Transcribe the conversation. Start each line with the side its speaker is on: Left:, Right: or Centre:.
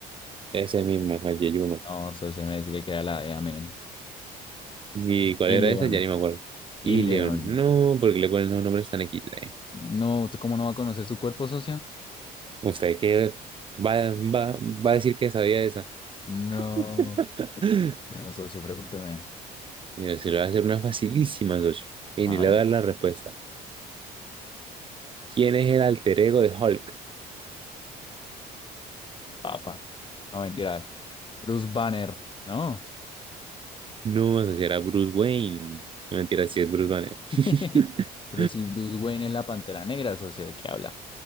Right: Ese mismo, el Yeyuno.
Left: No, eso se me le queda la de amén.
Right: ¿Y cuál
Left: Ileón,
Right: era ese? Ya ni me acuerdo.
Left: Ileón.
Right: León, no, porque le ponen los nombres tan equis de.
Left: No, ¿usted cómo no va a conocer su cuerpo, socio?
Right: ¿Usted qué va, va, va a decir que sabía esa?
Left: No.
Right: <laughs>
Left: Bueno, socio, pregúnteme.
Right: Mira, se lo voy a hacer una facilísima, socio. Y
Left: A
Right: ni
Left: ver,
Right: le voy a dar la respuesta. ¿Quién es el alter ego de Hulk?
Left: papa. No, mentiras. Bruce Banner, ¿no?
Right: No, socio, era Bruce Wayne. No, Mentira, sí es Bruce Banner. <laughs>
Left: <laughs> Pero si Bruce Wayne es la Pantera Negra, socio, ¿de qué habla?